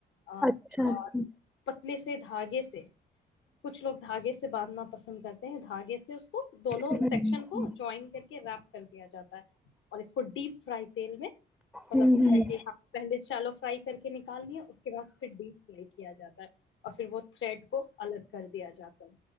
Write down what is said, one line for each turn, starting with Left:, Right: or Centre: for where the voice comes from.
Left: ا
Centre: اچھا اچھا
Left: اور پتل سے سے دھاگے سے کچھ لوگ دھاگے سے باندھنا پسند کرتے ہیں دھاگے سے اس کو دونوں
Centre: ہوں
Left: سیکشن کو جوائن کر کے ریپ کر دیا جاتا ہے اور اس کو ڈیپ فرائی تیل میں مطلب
Centre: ہوں ہوں
Left: ہے کہ ہ پہلے چالو فرائی کر کے نکالنی ہے اس کے بعد پھر ڈے کیا جاتا ہے اور پھر وہ تھریڈ کو الگ کر دیا جاتا ہے